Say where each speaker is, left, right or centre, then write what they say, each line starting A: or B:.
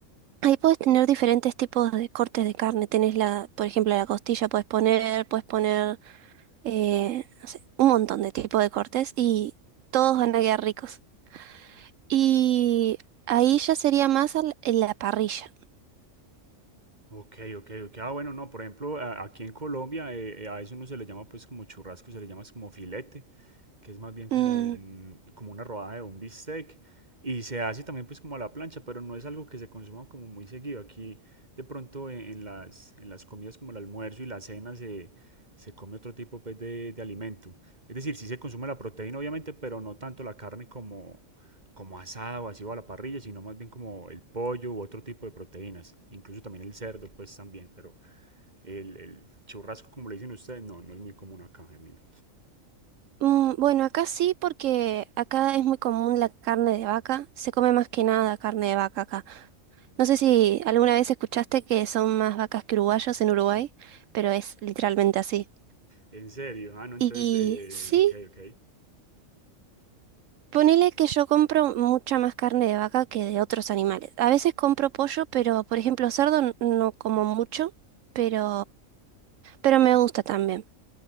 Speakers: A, on the right; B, on the right.
A: Ahí puedes tener diferentes tipos de cortes de carne. Tenés la, por ejemplo, la costilla puedes poner, puedes poner eh, no sé, un montón de tipos de cortes y todos van a quedar ricos. Y ahí ya sería más al- en la parrilla.
B: Ok, ok, ok. Ah, bueno, no, por ejemplo, a- aquí en Colombia eh, eh, a eso no se le llama pues como churrasco, se le llama es como filete, que es más bien como
A: Mm,
B: un, como una rodaja de un bistec y se hace también pues como a la plancha, pero no es algo que se consuma como muy seguido. Aquí de pronto en, en las, en las comidas como el almuerzo y la cena se, se come otro tipo pues de, de alimento. Es decir, sí se consume la proteína obviamente, pero no tanto la carne como, como asada o así o a la parrilla, sino más bien como el pollo u otro tipo de proteínas, incluso también el cerdo, pues también, pero el, el churrasco, como le dicen ustedes, no, no es muy común acá, Emilio.
A: Mm, bueno, acá sí, porque acá es muy común la carne de vaca. Se come más que nada carne de vaca acá. No sé si alguna vez escuchaste que son más vacas que uruguayos en Uruguay, pero es literalmente así.
B: En serio, ah, no, entonces,
A: Y
B: eh,
A: sí,
B: ok, ok.
A: ponele que yo compro mucha más carne de vaca que de otros animales. A veces compro pollo, pero por ejemplo cerdo n- no como mucho, pero, pero me gusta también.